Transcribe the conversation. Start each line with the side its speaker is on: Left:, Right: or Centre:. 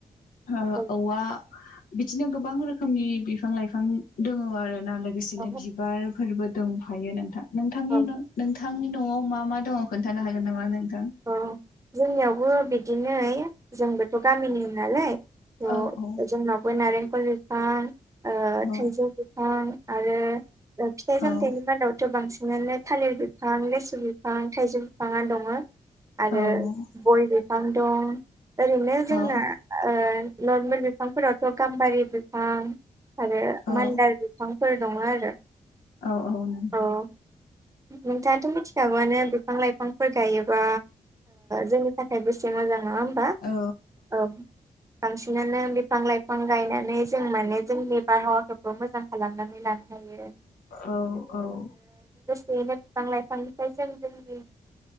Left: ओ
Right: औ
Left: औवा बिदिनो गोबां रोखोमनि बि फां लाइफां दङ आरो ना लोगोसेनो
Right: औ
Left: बिबारफोरबो दंफायो नोंथां नोंथांनि
Right: औ
Left: न नोंथांनि न'आव मा मा दङ खोन्थानो हागोन नामा नों
Right: अ जोंनियावबो बिदिनो जोंबोथ' गामिनि नो नालाय ओ
Left: औ औ
Right: जोंनावबो नारेंखल बिफां ओ
Left: औ
Right: थाइजौ बिफां आरो फिथाइ
Left: औ
Right: सामथाइनि मादावथ' बांसिन बिदिनो थालिर बिफां लेसु बिफां थाइजौ बिफांङानो दङ आरो
Left: औ
Right: गय बिफां दं ओरैनो जोंना
Left: औ
Right: ओ नर्मेल बिफांफोरावथ गाम्बारि बिफां आरो
Left: औ
Right: मानदार बिफांफोर नङा आरो
Left: औ औ नोंथां
Right: औ नोंथाङाथ मिथिखागौआनो बिफां लाइफांफोर गायोबा जोंनि थाखाय बेसे मोजां नङा होमबा
Left: औ
Right: औ बांसिन बिनिनो बिफां लाइफां गायनानै जों माने जोंनि बारहावाफोरखौ मोजां खालामनानै लानो हायो
Left: औ औ
Right: बेनो बिफां लाइफांनिफ्राय जों जोंनि